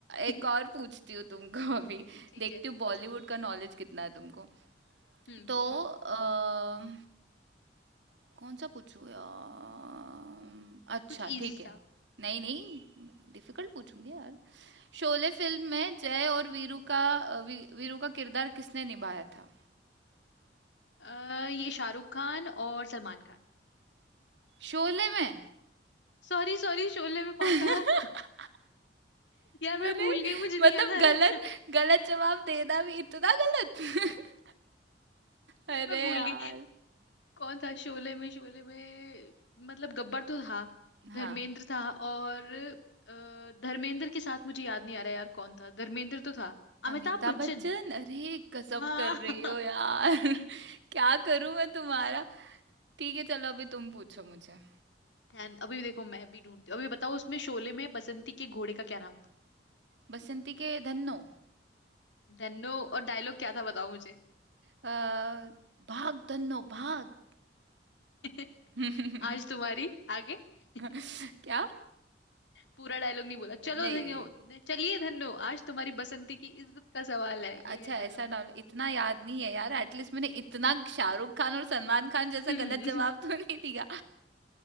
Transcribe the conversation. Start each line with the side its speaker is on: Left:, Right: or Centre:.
Right: एक
Left: <laughs>
Right: और पूछती हूँ तुमको <laughs> अभी
Left: ठीक
Right: देखती
Left: है
Right: हूँ बॉलीवुड
Left: पूछो
Right: का नॉलेज कितना है तुमको
Left: हम्म
Right: तो
Left: पूछो
Right: अ, कौन सा पूछूँ यार अच्छा
Left: कुछ इजी
Right: ठीक है
Left: सा
Right: नहीं नहीं डिफिकल्ट पूछूंगी यार शोले फिल्म में जय और वीरू का अ, वी, वीरू का किरदार किसने निभाया था
Left: अ, ये शाहरुख खान और सलमान खान
Right: शोले में
Left: सॉरी सॉरी शोले में कौन
Right: <laughs>
Left: था <laughs> यार मैं
Right: अरे
Left: भूल गई मुझे
Right: मतलब
Left: नहीं याद आ
Right: गलत
Left: रहा <laughs>
Right: गलत जवाब देना भी इतना गलत <laughs> अरे
Left: यार मैं भूल
Right: यार
Left: गई कौन था शोले में शोले में मतलब गब्बर तो था
Right: हाँ
Left: धर्मेंद्र था और अ, धर्मेंद्र के साथ मुझे याद नहीं आ रहा यार कौन था धर्मेंद्र तो था
Right: अमिताभ
Left: अमिताभ बच्चन
Right: बच्चन अरे गजब
Left: हाँ
Right: कर रही हो यार <laughs> क्या करूं मैं तुम्हारा ठीक है चलो अभी तुम पूछो मुझे
Left: And अभी देखो मैं भी ढूंढती हूँ अभी बताओ उसमें शोले में बसंती के घोड़े का क्या नाम था
Right: बसंती के धन्नो
Left: धन्नो और डायलॉग क्या था बताओ मुझे
Right: अ, भाग धन्नो भाग
Left: <laughs>
Right: <laughs>
Left: आज तुम्हारी आगे <laughs>
Right: क्या
Left: पूरा डायलॉग नहीं बोला चलो
Right: नहीं
Left: धन्यो चलिए धन्नो आज तुम्हारी बसंती की इज्जत का सवाल है ये
Right: अच्छा
Left: है डायलॉग
Right: ऐसा डालो इतना याद नहीं है यार एटलीस्ट मैंने इतना शाहरुख खान और सलमान खान जैसा
Left: <laughs>
Right: गलत जवाब तो नहीं दिया